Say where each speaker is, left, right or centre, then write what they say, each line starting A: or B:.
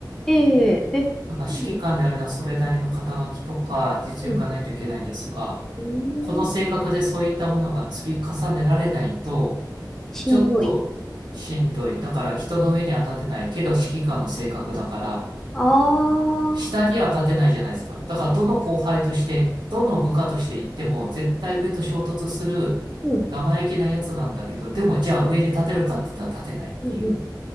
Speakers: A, in the centre; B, on the right (about 75°).
A: えええ、
B: だから指揮官であるのはそれなりの肩書きとか実力がないといけないですが、
A: うん、うん、うー
B: この性格でそういったものが積み重ねられないと、
A: ん、しんどい。
B: ちょっとしんどい。だから人の上には立てないけど指揮官の性格だから、
A: ああ、
B: 下には立てないじゃないですか。だから、どの後輩として、どの部下として行っても、絶対上と衝突する生意気なやつなんだけど、
A: うん、
B: でも、じゃあ上に立てるかって言ったら立てないっていう、
A: うん、